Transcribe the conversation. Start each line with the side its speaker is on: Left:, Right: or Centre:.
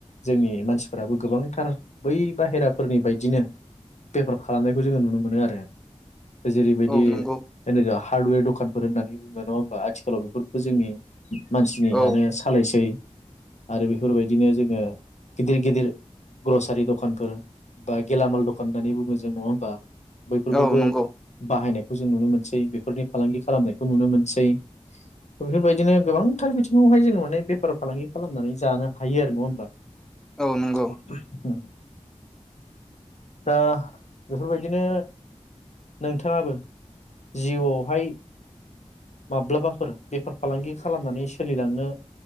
Left: जोंनि मानसिफोराबो गोबांथार बै बाहेराफोरनि बायदिनो बेफार खालामनायखौ जोङो नुनो मोनो आरो जेरैबायदि
Centre: औ नंगौ
Left: <unintelligible> हार्डवेर दखानफोर होनानैबो नङा होनबा आथिखालाव बेखौ जोंनि मानसिनियानो
Centre: औ
Left: सालायसै आरो बेफोरबायदिनो जोङो गिदिर गिदिर ग्रसारि दखानफोर बा गेलामाल दखान होननानै बुङो जों नङा होमबा बैफोरखौबो
Centre: औ नंगौ
Left: बाहायनाय खौ जों नुनो मोनसै बेफोरनि फालांगि खालामनायखौ नुनो मोनसै बेफोरबायदिनो गोबांथार बिथिङावहाय जोङो माने बेफार फालांगि खालामनानै जानो हायो आरो नङा होमबा
Centre: औ नंगौ
Left: उ दा बेफोरबायदिनो नोंथाङाबो जिउआवहाय माब्लाबाफोर बेफार फालांगि खालामनानै सोलिलांनो